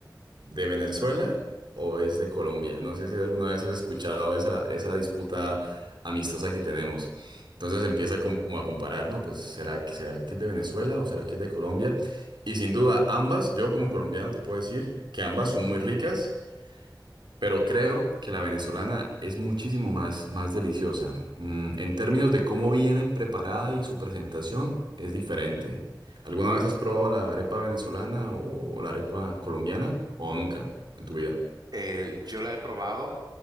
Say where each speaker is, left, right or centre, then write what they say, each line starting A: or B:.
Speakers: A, on the right; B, on the right.
A: de Venezuela o es de Colombia. No sé si alguna vez has escuchado esa, esa disputa amistosa que tenemos. Entonces empieza como a comparar, ¿no? Pues será que será que es de Venezuela o será que es de Colombia. Y sin duda ambas, yo como colombiano te puedo decir que ambas son muy ricas pero creo que la venezolana es muchísimo más, más deliciosa. Mm, en términos de cómo viene preparada y su presentación es diferente. ¿Alguna vez has probado la arepa venezolana o la arepa colombiana o nunca en tu vida?
B: Eh, yo la he probado